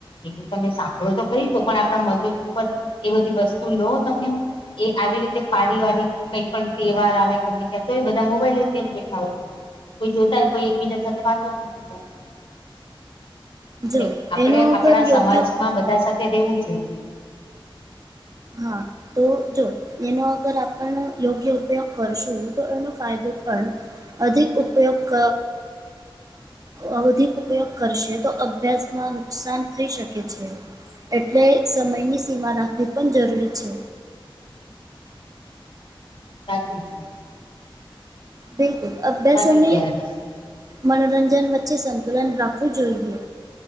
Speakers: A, on the left; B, on the right.
A: એવું તમે સાંભળો તો કરી તો પણ આપણા મગજ ઉપર એ બધી વસ્તુ લો તમે. એ આવી રીતે પારિવારિક કઈ પણ તહેવાર આવે ગમે ત્યાં તો એ બધા મોબાઈલ લઈજ એમ બેઠા હોય છે. કોઈ જોતાય કોઈ એકબીજા સાથે વાતો જ નથી, થ-
B: જો
A: એટલે આપડે
B: એનો અગર
A: આપણા સમાજમાં
B: યોગ્ય
A: બધા સાથે રહેેવું જોઈએ.
B: હા તો જો એનો અગર આપણ યોગ્ય ઉપયોગ કરશું તો એનો ફાયદો પણ અધિક ઉપયોગ ક અ વવધિક ઉપયોગ કરશે તો અભ્યાસમાં નુકસાન થઈ શકે છે. એટલે સમયની સીમા રાખવી પણ જરૂરી છે.
A: સાચી છે.
B: બિલકુલ અભ્યાસ
A: સાચું
B: અને
A: છે આ વસ્તુ
B: મનોરંજન વચ્ચે સંતુલન રાખવું જ જોઈએ.